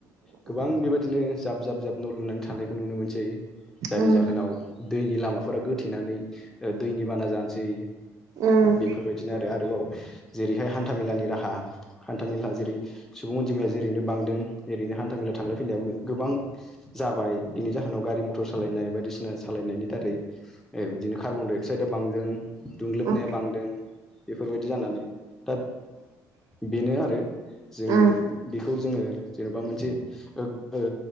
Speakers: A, in the centre; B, on the right.
A: गोबां बेबायदिनो जाब जाब जाब न' लुनानै थानायखौ नुनो मोनसै। जायनि
B: उम
A: जाहोनाव दैनि लामाफोरा गोथेनानै दैनि बाना जानोसै।
B: उम
A: बेफोरबायदिनो आरो आरोबाव जेरैहाय हान्थामेलानि राहा हान्था मेला जेरै सु बुं अनजिमाया जेरैनो बांदों ओरैनो हान्था मेला थांलाय फैलायबो गोबां जाबाय बिनि जाहोनाव गारि मथर सालायनाय बायदिसिना सालायनायनि दारै ओ बिदिनो कार्बन डाइ अक्साइदा बांदों दुंलोबनाया
B: उम
A: बांदों। बेफोरबायदि जानानै दा बेनो आरो जों
B: उम
A: बेखौ खौ जोङो जेन'बा मोनसे ओ ओ